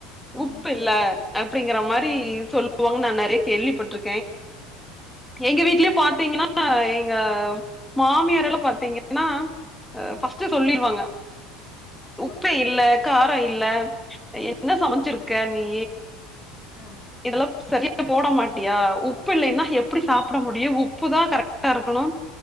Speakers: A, on the left (about 30°); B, in the centre.
A: ம்.
B: உப்பு இல்ல அப்டிங்கிற மாரி
A: ம்
B: சொல்லுவாங்க நா நெறைய கேள்விப்பட்ரு எங்க வீட்லயே பாத்தீங்கனா எங்க மாமியாரெல்லா பாத்தீங்கனா அ
A: ம்
B: ஃபஸ்ட்டு சொல்லிருவாங்க உப்பே
A: ஓகே
B: இல்ல கார இல்ல அ என்ன சமச்சிருக்க நீ
A: ம்
B: இதெல்லா சரியா போட மாட்டியா உப்பு இல்லைன்னா எப்டி சாப்ட முடியு உப்பு தா கரெக்டா இருக்கணு